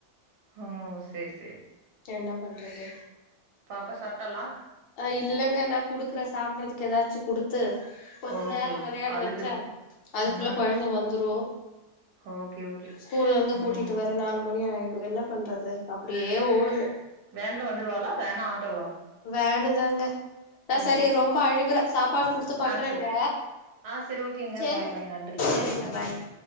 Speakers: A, on the right; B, on the left.
A: ஒ செர் சேர்
B: என்ன பண்றது
A: பாப்பா சாப்ட்டாலா
B: அ இல்லங்க நா குடுக்குற சாப்டுறதுக்கு எதாச்சு குடு த்து கொஞ்ச
A: ஓகே
B: நேரோ
A: ஓகே
B: விளையாட
A: அழுகுது
B: வச்சா அதுக்குள்ள
A: ஆ
B: கொழந்த வந்துரு
A: ஓகே ஓகே
B: ஸ்கூல்ல இருந்து கூட்டிட்டு
A: ம்
B: வர நாலு மணி ஆய்ரு என்ன பண்றது அப்டியே ஓடுது
A: வேன்ல வந்துருவாளா வேனா ஆட்டோவா
B: வேணுதாங்க நா
A: ஓ
B: சரி ரொம்பா அழுகுரா சாப்பாடு குடுத்து பண்றேங்க
A: ஆ சேரி ஆ சேரி ஓகேங்க
B: செரிங்க
A: பாய் பாய் நன்றி
B: சேரிங்க
A: ம்
B: பாய்ங்க